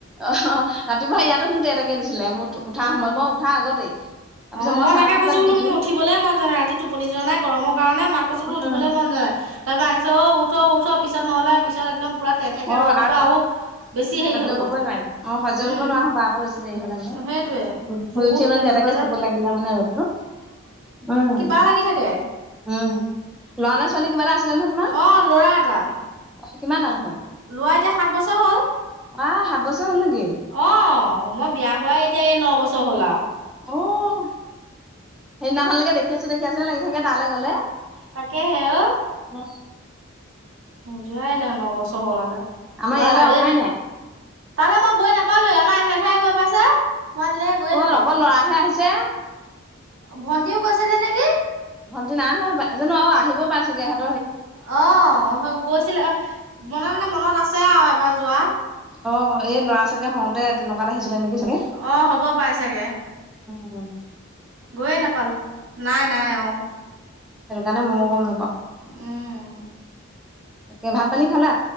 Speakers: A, in the centre; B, on the right.
A: অ ৰাতিপুৱা ইয়াতো হেনো তে তেকে দিছিলে। মোৰ উঠা
B: অ',
A: সময় মই উঠা আগতেই। তাৰপিছত
B: অ মই
A: চাৰে
B: তাকে
A: পাঁচটাত
B: কৈছো বোলো
A: উঠিছো
B: মোৰ উঠিবলে মন যোৱা নাই। ৰাতি টোপনি যোৱা নাই গৰম কাৰণে। মাক কৈছো বোলো
A: উম,
B: উঠিবলে মন যোৱা নাই। তাপা আকছে, অ উঠ উঠ পিছত নহলে পিছত একদম পুৰা তেতেকে
A: অ',
B: ৰ'দ দিব
A: আৰু
B: আউ বেছি
A: সহ্য
B: হেই হ'ব।
A: কৰিব নোৱাৰিম অ', সহ্য
B: উম।
A: কৰিব নোৱাৰা হ'বা আকৌ বেছি দেৰি হ'লে মানে।
B: সেটোৱে। বহুত
A: শুই উঠি মানে
B: কেনেকুৱা
A: তেতিয়াকে
B: যে।
A: চকুত লাগিলে মানে ৰ'দটো। উম,
B: লাগি থাকে।
A: উম, লৰা না ছোৱালী কিবাৰ এটা আছিলে নহয় তোমাৰ?
B: অ লৰা এটা।
A: অ' কিমান ডাঙৰ হ'ল?
B: লৱা এতিয়া সাত বছৰ হ'ল।
A: উৱা সাত বছৰ। হ'ল নেকি?
B: অ মই বিয়া হোৱা এতিয়া এই ন বছৰ হ'ল আৰু
A: অহ। সেইদিনাখনলৈকে দেখি আছো দেখি আছো লাগি থাকে তালছ গলে
B: তাকেহে অ
A: উ।
B: যোৱাই নাই নবছৰ হ'লে
A: আমাৰ
B: ল'ৰা
A: ইয়ালৈ
B: হাল
A: অহাই
B: এ
A: নাই।
B: তালৈ মই গৈ নাপ। পালে আমাৰ এহেত হে গৈ পাইছে। মই আজিলৈকে গৈয়ে
A: অ
B: নাপালো
A: অকল লৰাহে আহিছে।
B: ভন্টিও গৈছিলে নেকি?
A: ভণ্টি নাই অহা সপায় জানো অ আহিব পাইছেগেহেত।
B: অ গৈছিলে মানে মানে মনত আছে আৰু এবাৰ যোৱা
A: অ এই ল'ৰা চাগে হওঁতে তেনেকুৱাত আহিছিলে নেকি? চাগে।
B: অ হ'ব পাই চাগে।
A: অ
B: গৈয়ে নাপালো নাই নাই অ।
A: সেইটো কাৰণে ময়ো গম নাপাওঁ।
B: উম
A: তাকে ভাত পানী খালা?